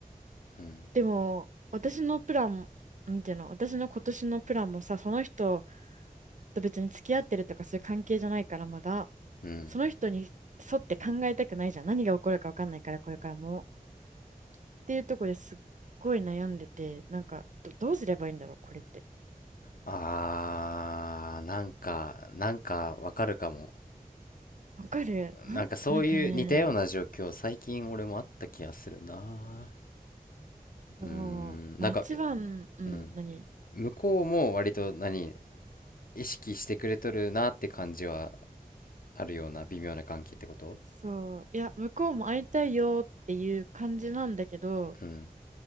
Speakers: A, on the left; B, on the right.
A: うん、
B: でも、私のプラン、なんていうの、私の今年のプランもさ、その人と別に付き合ってるとかそういう関係じゃないからまだ、
A: うん。
B: その人に沿って考えたくないじゃん。何が起こるか分かんないから、これからも。っていうところですっごい悩んでて、なんかど、どうすればいいんだろう、これって。
A: あー、なんか、なんかわかるかも。
B: わかる。なん、
A: なんかそういう似たような状況、
B: なんかね、
A: 最近俺もあった気がするな。
B: そう、
A: うーん、
B: まあ一番、
A: なんか、え
B: うん、
A: うん。
B: 何
A: 向こうも割と何、意識してくれとるなって感じはあるような微妙な関係ってこと
B: そう、いや、向こうも会いたいよっていう感じなんだけど、
A: うん、